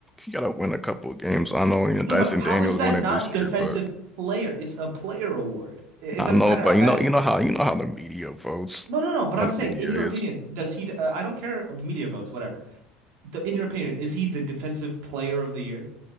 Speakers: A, in the centre; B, on the right.
A: You gotta win a couple of games. I know, you know, Dyson
B: No, but how
A: Daniels
B: is that
A: won it
B: not
A: this
B: defensive
A: year, but.
B: player? It's a player award. It, it
A: I
B: doesn't
A: know,
B: matter
A: but
B: how bad
A: you know,
B: his
A: you
B: team
A: know how
B: is.
A: you know how the media votes,
B: No, no, no. But
A: how
B: I'm
A: the
B: saying,
A: media
B: in your
A: is.
B: opinion, does he? Uh, I don't care. uh, Media votes, whatever. The, in your opinion, is he the defensive player of the year?